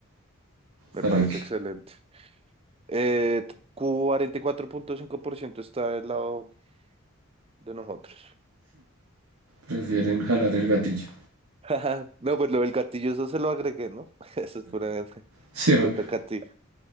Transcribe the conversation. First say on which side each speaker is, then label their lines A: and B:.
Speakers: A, on the right; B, on the right.
A: Me
B: ¿Para
A: parece
B: qué?
A: excelente. Eh, cuarenta y cuatro punto cinco por ciento está del lado de nosotros.
B: Prefieren jalar el gatillo.
A: <laughs> No, pues lo del gatillo, eso se lo agregué, ¿no? <laughs> Eso es puramente.
B: Sí, obvio.
A: Te toca a ti.